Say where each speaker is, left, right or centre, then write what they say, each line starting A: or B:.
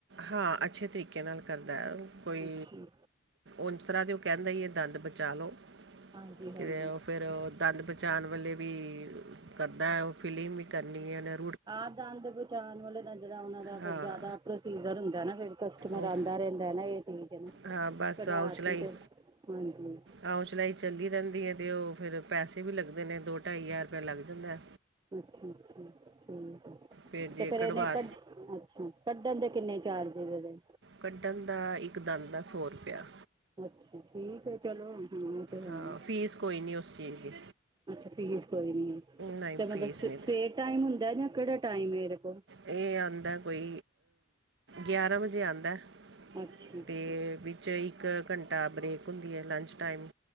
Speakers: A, on the right; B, on the right.
A: ਹਾਂ, ਅੱਛੇ ਤਰੀਕੇ ਨਾਲ ਕਰਦਾ ਹੈ ਕੋਈ
B: ਅੱਛਾ
A: ਉਸਰਾ ਤੇ ਉਹ ਕਹਿੰਦਾ ਹੀ ਏ, ਇਹ ਦੰਦ ਬਚਾ ਲਉ,
B: ਹਾਂਜੀ ਹਾਂਜੀ
A: ਕਿ ਫਿਰ ਦੰਦ ਪਹਿਚਾਣ ਵੇਲੇ ਵੀ ਕਰਦਾ ਹੈ, ਉਹ ਫਿਲਿੰਗ ਵੀ ਕਰਨੀ ਰ
B: ਆਹ ਦੰਦ ਬਚਾਉਣ ਵਾਲੇ ਤਾਂ, ਜਿਹੜਾ ਉਹਨਾ ਦਾ
A: ਹਾਂ
B: ਫੇਰ ਜ਼ਿਆਦਾ ਪ੍ਰੋਸੀਜ਼ਰ ਹੁੰਦਾ ਨਾ, ਫਿਰ ਕਸਟਮਰ
A: ਉਹ
B: ਆਉਂਦਾ ਰਹਿੰਦਾ, ਨਾ ਇਹ ਚੀਜ਼
A: ਹਾਂ ਬਸ
B: ਕਢਾਤੀ
A: ਆਉ ਚਲਾਈ
B: ਤੇ ਹਾਂਜੀ।
A: ਆਉ ਚਲਾਈ ਚੱਲੀ ਰਹਿੰਦੀ ਹੈ, ਤੇ ਉਹ ਫਿਰ ਪੈਸੇ ਵੀ ਲੱਗਦੇ ਨੇ, ਦੋ ਢਾਈ ਹਜ਼ਾਰ ਰੁਪਇਆ ਲੱਗ ਜਾਂਦਾ।
B: ਅੱਛਾ-ਅੱਛਾ ਠੀਕ ਹੈ,
A: ਫਿਰ ਜੇ
B: ਤੇ ਫੇਰ
A: ਕਢਵਾ
B: ਇਹਨੇ ਕੱਢ ਅੱਛਾ, ਕੱਢਣ ਦੇ ਕਿੰਨੇ ਚਾਰਜ ਐਦੇ,
A: ਕੱਢਣ ਦਾ ਇੱਕ ਦੰਦ ਦਾ ਸੌ ਰੁਪਇਆ।
B: ਅੱਛਾ ਠੀਕ ਹੈ ਚਲੋ, ਓ ਤੇ ਹੈ।
A: ਹਾਂ ਫੀਸ ਕੋਈ ਨਹੀਂ ਉਸ ਚੀਜ਼ ਦੀ
B: ਅੱਛਾ ਫੀਸ ਕੋਈ ਨੀ,
A: ਨਹੀਂ
B: ਤੇ
A: ਫੀਸ
B: ਮਤਲਬ ਸਵੇਰ
A: ਨਹੀਂ
B: ਟਾਈਮ ਹੁੰਦਾ ਜਾਂ, ਕਿਹੜਾ ਟਾਈਮ ਏਦੇ ਕੋਲ
A: ਇਹ ਆਦਾ ਕੋਈ ਗਿਆਰਾਂ ਵਜੇ ਆਉਦਾ।
B: ਅੱਛਾ
A: ਅਤੇ
B: ਅੱਛਾ
A: ਵਿੱਚ ਇੱਕ ਘੰਟਾ ਬਰੇੇਕ ਹੁੰਦੀ ਹੈ, ਲੰਚ ਟਾਈਮ